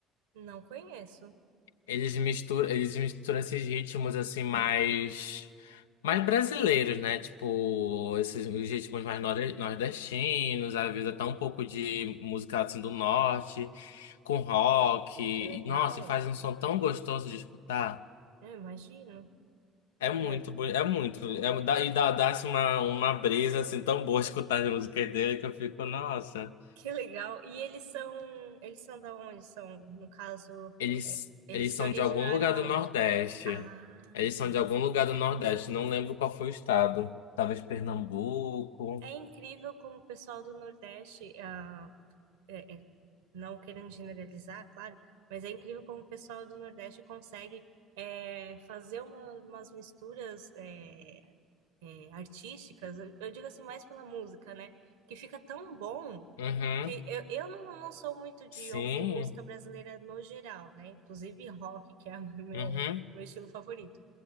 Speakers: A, on the right (about 65°); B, on the left (about 70°).
A: Não conheço.
B: Eles misturam, eles misturam esses ritmos assim mais mais brasileiros, né? Tipo, esses os ritmos mais nor- nordestinos, às vezes até um pouco de música assim do norte, com rock. E,
A: Que legal.
B: nossa, e faz um som tão gostoso de escutar.
A: Eu imagino.
B: É muito,
A: É,
B: boni- é muito, é, dá, e dá, dá-se uma, uma brisa assim tão boa <laughs> escutar as músicas dele que eu fico, nossa.
A: que legal. E eles são, eles são da onde? São, no caso,
B: Eles,
A: é, eles
B: eles
A: se
B: são
A: originaram
B: de algum lugar
A: aonde?
B: do Nordeste.
A: Ah,
B: Eles
A: entendi.
B: são de algum lugar do Nordeste. Não lembro qual foi o estado. Talvez Pernambuco.
A: É incrível como o pessoal do Nordeste, ah, é- é- não querendo generalizar, claro, mas é incrível como o pessoal do Nordeste consegue é, fazer uma- umas misturas é, é, artísticas, eu eu digo assim mais pela música, né? Que fica tão bom
B: Uhum.
A: que eu, eu não, não sou muito de
B: Sim.
A: ouvir música brasileira no geral, né? Inclusive rock, que é <laughs> meu,
B: Uhum.
A: meu estilo favorito.